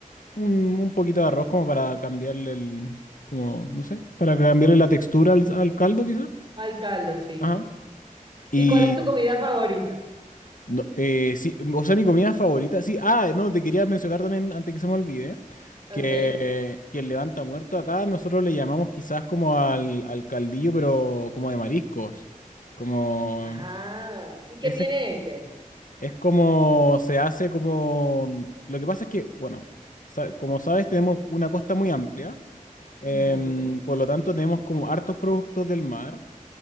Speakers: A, on the left; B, on the right.
A: un, un poquito de arroz como para cambiarle el, como, no sé, para cambiarle la textura al, al caldo quizá.
B: Al caldo, sí.
A: Ajá. Y,
B: ¿Y cuál es tu comida favorita?
A: no, eh, sí, o sea, mi comida favorita, sí, ah, no, te quería mencionar también, antes que se me olvide,
B: Ok.
A: que, que el levanta muerto acá nosotros le llamamos quizás como al, al caldillo, pero como de mariscos, como,
B: Ajá. ¿Y qué
A: ese
B: tiene
A: es
B: ese?
A: es como, se hace como, lo que pasa es que, bueno, sa- como sabes, tenemos una costa muy amplia. Em,
B: Ujú,
A: por lo tanto, tenemos como hartos productos del mar.